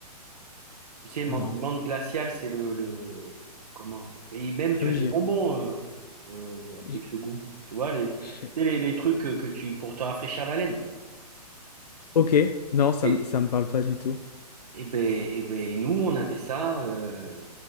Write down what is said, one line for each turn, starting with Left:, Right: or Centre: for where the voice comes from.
Right: Tu sais, menthe,
Left: Non.
Right: menthe glaciale, c'est le, le... Comment? Et même, tu
Left: Ah oui,
Right: as des
Left: j'y
Right: bonbons
Left: ai-
Right: euh, euh, avec
Left: j'y-
Right: ce goût. Tu vois, les, tu
Left: ai-
Right: sais, les, les trucs que, que tu... pour te rafraîchir la laine.
Left: Ok, non, ça,
Right: Et,
Left: ça me parle pas du tout.
Right: et ben, et ben, nous, on avait ça euh,